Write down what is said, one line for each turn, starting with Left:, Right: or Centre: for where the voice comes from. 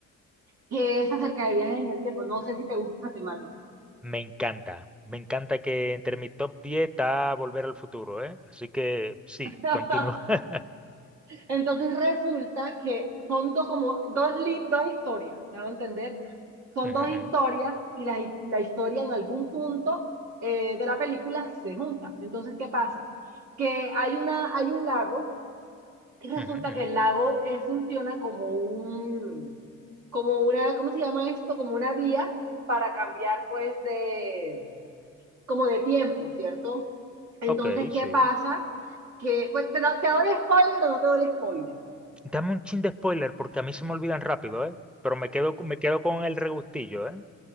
Right: que es acerca de viajes en el tiempo, no sé si te gusta esa temática.
Centre: Me encanta, me encanta que entre mi top 10 está Volver al Futuro, ¿eh? Así que sí,
Right: <laughs>
Centre: continúa. <laughs>
Right: Entonces resulta que son dos, como, dos, lin- dos historias, ¿me hago entender? Son
Centre: Ujú,
Right: dos historias y la, hi- la historia en algún punto eh, de la película se junta. Entonces, ¿qué pasa? Que hay, una, hay un lago y resulta
Centre: ujú, ujú,
Right: que
Centre: ujú.
Right: el lago eh, funciona como un, como una, ¿cómo se llama esto? Como una vía para cambiar pues de, como de tiempo, ¿cierto? Entonces,
Centre: Ok,
Right: ¿qué
Centre: sí.
Right: pasa? Que, pues, te, do- te doy spoiler o no te doy spoiler.
Centre: Dame un chin de spoiler porque a mí se me olvidan rápido, ¿eh? Pero me quedo, me quedo con el regustillo, ¿eh?